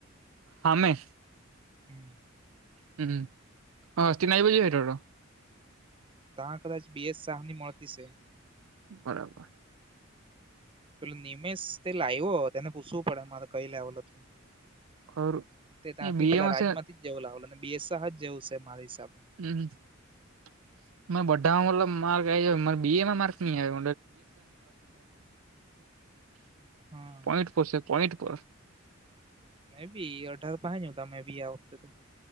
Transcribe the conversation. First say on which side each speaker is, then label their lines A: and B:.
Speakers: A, on the right; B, on the right.
A: હામે.
B: હમ્મ.
A: હ હં તિના આવી બજી હોટો.
B: તા કદાચ બી. એ. સાહ ની મળતી છે.
A: બરાબર.
B: પેલું નિમેશ તે લાયવો તેને પૂછવું પડે મારે કઈ લાવેલ હતું.
A: ખરું
B: તે ત્યાંથી
A: એ બી
B: પેલા
A: એમાં
B: રાજમાંથી
A: છે
B: જ જેવું લાવે બી. એ. સાહ. જ જેવું છે મારા હિસાબે.
A: હમ્મ અ બધામાં મતલબ માર્ક આઈ જા મારે બી. એ. માર્ક નહીં આવે <unintelligible>
B: હા
A: પોઈન્ટ પર છે પોઈન્ટ પર.
B: મેં બી અઢાર <unintelligible> તમે બીએ આવો તો